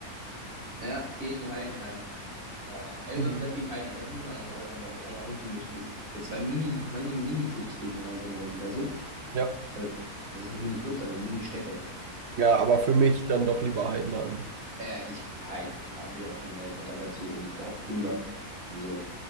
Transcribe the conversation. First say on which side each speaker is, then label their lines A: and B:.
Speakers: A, on the right (about 75°); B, on the right (about 50°).
A: Ja, gegen Heidenheim. Oh, Elversberg
B: Mhm.
A: gegen Heidenheim, das muss man eigentlich auch anschauen. Das ist eigentlich auch ein cooles Spiel. So zwei Mini, Mini, Mini-Clubs gegeneinander, so mäßig, weißt du?
B: Ja.
A: Also, also nicht Mini-Clubs, aber Mini-Städte.
B: Ja, aber für mich dann doch lieber Heidenheim.
A: Äh, ich, Heidenheim, da habe ich auch viel mehr Kontakt dazu und auch cooler und so.